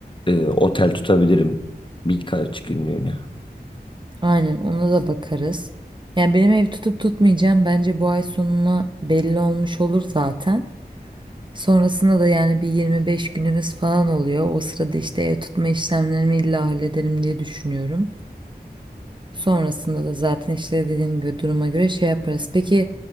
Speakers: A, on the left; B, on the right.
A: e, otel tutabilirim birkaç günlüğüne.
B: Aynen ona da bakarız. Yani benim ev tutup tutmayacağım bence bu ay sonuna belli olmuş olur zaten. Sonrasında da yani bir 25 günümüz falan oluyor. O sırada işte ev tutma işlemlerimi illa hallederim diye düşünüyorum. Sonrasında da zaten işte dediğim gibi duruma göre şey yaparız. Peki